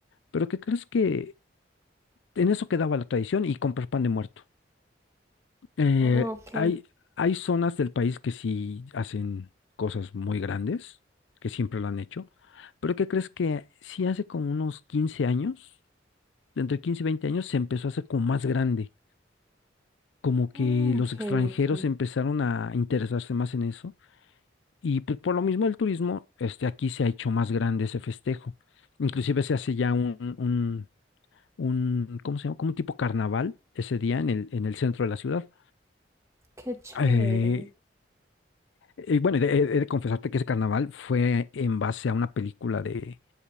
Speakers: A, on the left; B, on the right.
A: Pero ¿qué crees que En eso quedaba la tradición y comprar pan de muerto. Eh,
B: ok.
A: hay, hay zonas del país que sí hacen cosas muy grandes, que siempre lo han hecho, pero ¿qué crees que sí hace como unos 15 años, entre 15 y 20 años, se empezó a hacer como más grande? Como que
B: Ah,
A: los
B: ok,
A: extranjeros
B: ok.
A: empezaron a interesarse más en eso y pues por lo mismo el turismo, este, aquí se ha hecho más grande ese festejo. Inclusive se hace ya un, un, un, ¿cómo se llama? Como un tipo carnaval ese día en el, en el centro de la ciudad.
B: Qué chévere.
A: Eh, eh, bueno, he de, eh, he de confesarte que ese carnaval fue en base a una película de,